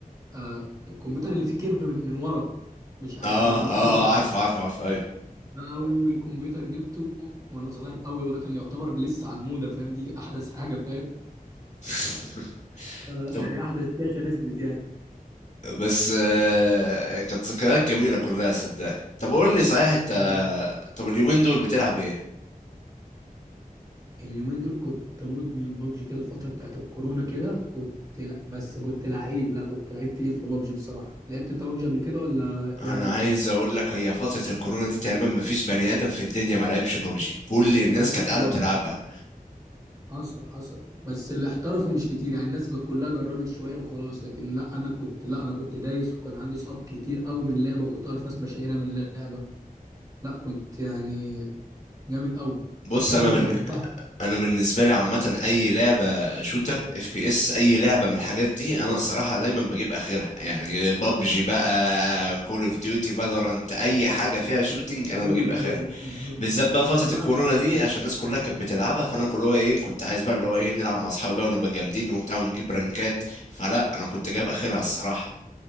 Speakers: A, on the right; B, on the left.
A: آه الكمبيوتر اللي فيه كيرف من, من ورا مش عارف
B: اه
A: المقلبس
B: اه اه
A: ده
B: عارف عارف عارف ايوه
A: ده اول كمبيوتر جبته وانا صغير قوي وده كان يعتبر لسه على الموضه فاهم دي احدث حاجه فاهم
B: <laughs>
A: آه،
B: طب
A: يعني قاعدة الشاشة نزلت يعني
B: بس آه كانت ذكريات جميله كلها صدقني طب قول لي صحيح انت
A: لا
B: طب اليومين دول بتلعب ايه
A: اليومين دول كنت مدمن بابجي كده الفترة بتاعت الكورونا كده كنت لا بس كنت لعيب لا كنت لعيب تقيل في بابجي بصراحة لعبت انت بابجي قبل كده ولا
B: انا
A: يعني
B: عايز اقول لك هي فتره الكورونا دي تقريبا ما فيش بني ادم في الدنيا ما لعبش ببجي كل الناس
A: ما لعبتش
B: كانت قاعده
A: بابجي
B: بتلعبها
A: حصل حصل بس اللي احترفوا مش كتير يعني الناس جا- كلها جربت شوية وخلاص لكن لا انا كنت لا انا كنت دايس وكان عندي صحاب كتير قوي من اللعبة وكنت اعرف ناس مشاهيرة من اللعبة لا كنت يعني جامد قوي
B: بص
A: وانا
B: انا
A: كنت
B: من
A: بحبها
B: انا بالنسبه لي عامه اي لعبه شوتر اف بي اس اي لعبه من الحاجات دي انا الصراحه دايما بجيب اخرها يعني بابجي بقى كول اوف ديوتي فالورانت اي حاجه فيها شوتينج انا
A: يلا،
B: بجيب
A: كورة.
B: اخرها بالذات بقى فتره
A: انا بلعب
B: الكورونا دي عشان الناس كلها كانت بتلعبها فانا كل هو ايه كنت عايز بقى اللي هو ايه نلعب مع اصحابي بقى ونبقى جامدين وبتاع ونجيب رانكات فلا انا كنت جايب اخرها الصراحه